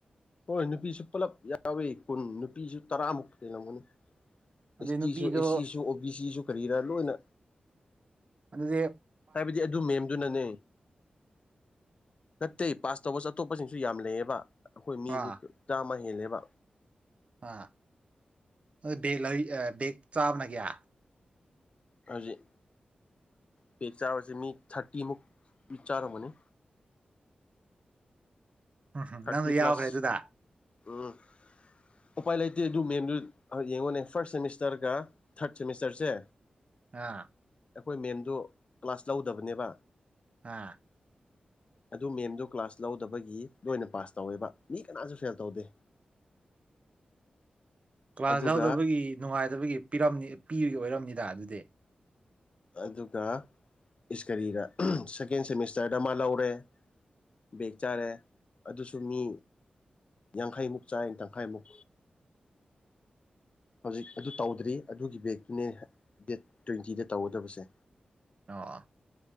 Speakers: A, on the left (about 40°); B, on the right (about 45°).
A: ꯍꯣꯏ ꯅꯨꯄꯤꯁꯨ ꯄꯨꯂꯞ ꯌꯥꯎꯋꯤ ꯀꯨꯟ ꯅꯨꯄꯤꯁꯨ ꯇꯔꯥꯃꯨꯛ ꯂꯩꯂꯝꯝꯒꯅꯤ
B: ꯑꯗꯩ
A: ꯑꯦꯁ ꯇꯤꯁꯨ
B: ꯅꯨꯄꯤꯗꯣ
A: ꯑꯦꯁ ꯁꯤꯁꯨ ꯑꯣ ꯕꯤ ꯁꯤꯁꯨ ꯀꯔꯤꯔꯥ ꯂꯣꯏꯅ
B: ꯑꯗꯗꯤ
A: ꯍꯥꯏꯕꯗꯤ ꯑꯗꯨ ꯃꯦꯝꯗꯨꯅꯅꯦ ꯅꯠꯇꯦ ꯄꯥꯁ ꯇꯧꯕꯁꯨ ꯑꯇꯣꯞꯄꯁꯤꯡꯁꯨ ꯌꯥꯝ ꯂꯩꯌꯦꯕ ꯑꯩꯈꯣꯏ ꯃꯤꯁꯦ
B: ꯑꯥ
A: ꯆꯥꯃꯥ ꯍꯦꯜꯂꯦꯕ
B: ꯑꯥ ꯑꯗꯨ ꯕꯦꯂꯩ ꯑ ꯕꯦ <inaudible> ꯒ ꯆꯥꯕꯅ ꯀꯌꯥ
A: ꯍꯧꯖꯤꯛ ꯄꯦꯛ ꯆꯥꯕꯁꯦ ꯃꯤ ꯊꯥꯔꯇꯤꯃꯨꯛ ꯆꯥꯔꯝꯒꯅꯤ
B: ꯎꯝ ꯍꯨꯝ
A: ꯊꯥꯔꯇꯤ
B: ꯅꯪꯁꯨ
A: ꯄ꯭ꯂꯁ
B: ꯌꯥꯎꯈ꯭ꯔꯦ ꯑꯗꯨꯗ
A: ꯎꯝ ꯎꯄꯥꯏ ꯂꯩꯇꯦ ꯑꯗꯨ ꯃꯦꯝꯗꯨ ꯌꯦꯡꯉꯣꯅꯦ ꯐꯥꯔꯁ ꯁꯦꯃꯤꯁꯇꯔꯒ ꯊꯥꯔꯠ ꯁꯦꯃꯤꯁꯇꯔꯁꯦ
B: ꯑꯥ
A: ꯑꯩꯈꯣꯏ ꯃꯦꯝꯗ ꯀ꯭ꯂꯥꯁ ꯂꯧꯗꯕꯅꯦꯕ
B: ꯑꯥ
A: ꯑꯗꯨ ꯃꯦꯝꯗꯨ ꯀ꯭ꯂꯥꯁ ꯂꯧꯗꯕꯒꯤ ꯂꯣꯏꯅ ꯄꯥꯁ ꯇꯧꯋꯦꯕ ꯃꯤ ꯀꯅꯥꯁꯨ ꯐꯦꯜ ꯇꯧꯗꯦ
B: ꯀ꯭ꯂꯥꯁ
A: ꯑꯗꯨꯒ
B: ꯂꯧꯎꯗꯕꯒꯤ ꯅꯨꯡꯉꯥꯏꯗꯕꯒꯤ ꯄꯤꯔꯝ ꯄꯤꯕꯒꯤ ꯑꯣꯏꯔꯝꯅꯤꯗ ꯑꯗꯨꯗꯤ
A: ꯑꯗꯨꯒ ꯏꯁ ꯀꯔꯤꯔ ꯁꯦꯀꯦꯟ ꯁꯦꯃꯤꯁꯇꯔꯗ ꯃꯥ ꯂꯧꯔꯦ ꯕꯦꯒ ꯆꯥꯔꯦ ꯑꯗꯨꯁꯨ ꯃꯤ ꯌꯥꯡꯈꯩꯃꯨꯛ ꯆꯥꯢ ꯇꯪꯈꯥꯏꯃꯨꯛ ꯍꯧꯖꯤꯛ ꯑꯗꯨ ꯇꯧꯗ꯭ꯔꯤ ꯑꯗꯨꯒꯤ ꯕꯦꯛꯇꯨꯅꯦ ꯗꯦꯠ ꯇ꯭ꯋꯦꯟꯇꯤꯗ ꯇꯧꯒꯗꯕꯁꯦ
B: ꯑꯣ